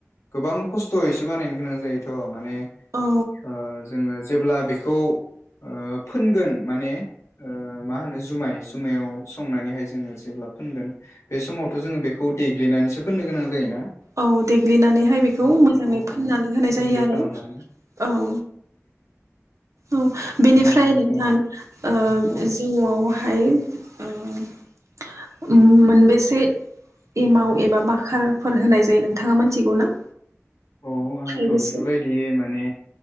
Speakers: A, on the left (about 70°); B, on the right (about 80°).
A: गोबां खस्थ'यैसो बानायनो गोनां जायोथ' माने
B: औ
A: ओ जोङो जेब्ला बेखौ ओ फोनगोन ओ माने मा होनो जुमाय जुमायाव संनानैहाय जोङो जेब्ला फोनगोन बे समावथ' जोङो बेखौ देग्लिनानैसो सोफोननो गोनां जायोना?
B: औ देग्लिनानैहाय बेखौ
A: ओ
B: मोजाङै फोननानै
A: औ
B: होनाय
A: गुन्दै
B: जायो आरो
A: खालामनानै
B: औ औ बेनिफ्राय
A: ओ
B: नोंथां
A: जोंना
B: ओ
A: औ
B: जौआवहाय ओ उम मोनबेसे एमाव एबा बाखोरफोर होनाय जायो नोंथाङा मिथिगौ ना?
A: औ आंथ'
B: थाइबेसे?
A: बेफोरबायदि माने